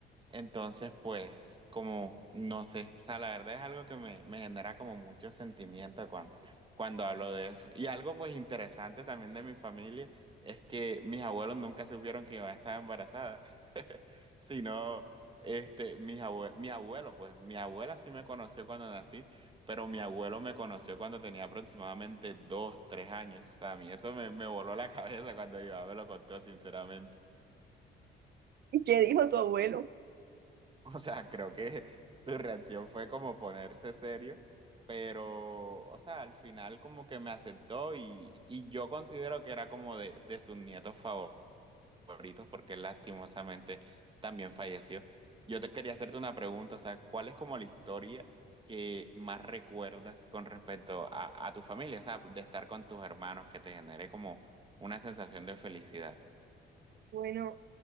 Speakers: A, on the right; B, on the right.
A: Entonces, pues, como, no sé, o sea, la verdad es algo que me, me genera como mucho sentimiento cuando, cuando hablo de eso. Y algo pues interesante también de mi familia es que mis abuelos nunca supieron que yo estaba embarazada, <laughs> sino, este, mis abue- mi abuelo, pues, mi abuela sí me conoció cuando nací, pero mi abuelo me conoció cuando tenía aproximadamente dos, tres años. O sea, a mí eso me, me voló la <laughs> cabeza cuando mi mamá me lo contó, sinceramente.
B: ¿Qué dijo tu abuelo?
A: <laughs> O sea, creo que su reacción fue como ponerse serio, pero, o sea, al final como que me aceptó y, y yo considero que era como de, de sus nietos favoritos porque él lastimosamente también falleció. Yo te quería hacerte una pregunta, o sea, ¿cuál es como la historia que más recuerdas con respecto a, a tu familia? O sea, de estar con tus hermanos que te genere como una sensación de felicidad.
B: Bueno.